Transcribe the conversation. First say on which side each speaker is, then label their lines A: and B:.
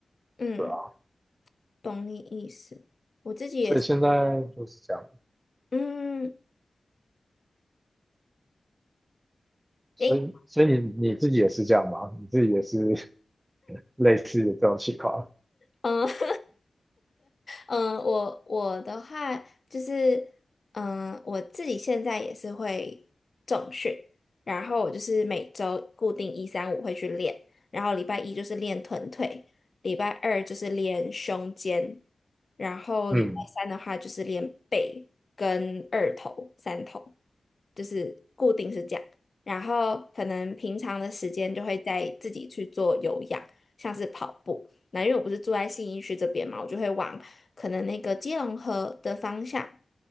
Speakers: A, on the left; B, on the right.
A: 嗯，
B: 对啊。
A: 懂你意思。我自己也是
B: 所以现在就是这样。
A: 嗯，
B: 所以，
A: 诶，
B: 所以你你自己也是这样吗？你自己也是 <laughs> 类似的这种情况？
A: 嗯 <laughs>、嗯、我我的话就是，嗯、我自己现在也是会重训，然后我就是每周固定一三五会去练，然后礼拜一就是练臀腿，礼拜二就是练胸肩，然后礼拜三的话就是练背跟二头、
B: 嗯，
A: 三头。就是。是这样，然后可能平常的时间就会在自己去做有氧，像是跑步。那因为我不是住在信义区这边嘛，我就会往可能那个基隆河的方向